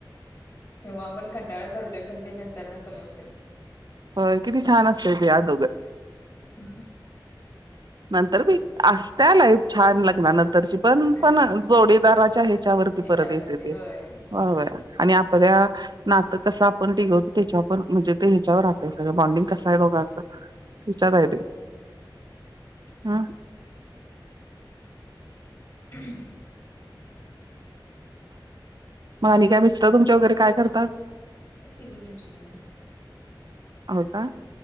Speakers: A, on the left; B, on the right.
A: तेव्हा आपण कंटाळा करतोय पण ते नंतरन समजतय‌.
B: होय किती छान असतय ते
A: हम्म
B: आदोगर नंतर बी असत्या लई छान लग्नानंतर तशी पण
A: हा
B: पण जोडीदाराच्या ह्याच्यावरती
A: याच्यावर
B: परत येतंय
A: असते
B: ते
A: होय
B: होय आणि आपल्या नातं कसं आपण टिगवतोय त्याच्या पण म्हणजे
A: हम्म
B: ते ह्याच्यावर हे सगळं बॉन्डिंग
A: हा
B: कसं आहे दोघांचं याच्यावर आहे ते ह
A: हम्म
B: मग आणि काय मिस्टर
A: मी
B: तुमचे वगैरे काय करतात
A: आहे सिविल इंजिनियर
B: हो का